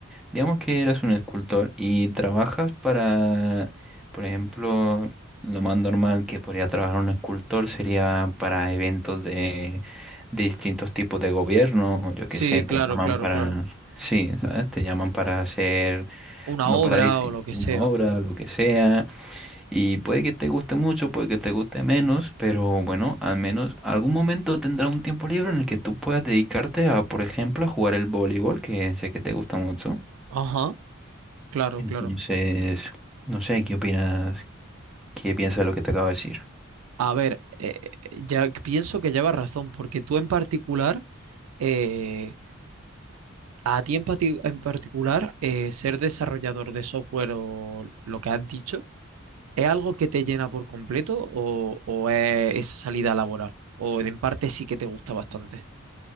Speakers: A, in the centre; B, on the right (about 80°).
A: Digamos que eres un escultor y trabajas para, por ejemplo, lo más normal que podría trabajar un escultor sería para eventos de, de distintos tipos de gobierno, o yo
B: Sí,
A: qué sé, te
B: claro,
A: llaman
B: claro,
A: para,
B: claro.
A: sí, ¿sabes? Te llaman para hacer,
B: Una
A: no
B: obra
A: para diseñar
B: o lo que
A: una
B: sea.
A: obra, lo que sea, y puede que te guste mucho, puede que te guste menos, pero bueno, al menos algún momento tendrás un tiempo libre en el que tú puedas dedicarte a, por ejemplo, a jugar el voleibol, que sé que te gusta mucho.
B: Ajá, claro,
A: Entonces,
B: claro.
A: no sé, ¿qué opinas? ¿Qué piensas de lo que te acabo de decir?
B: A ver, eh, eh, ya pienso que llevas razón, porque tú en particular, eh, a ti en, pati- en particular, eh, ser desarrollador de software o lo que has dicho, ¿es algo que te llena por completo o, o es esa salida laboral? O en parte sí que te gusta bastante.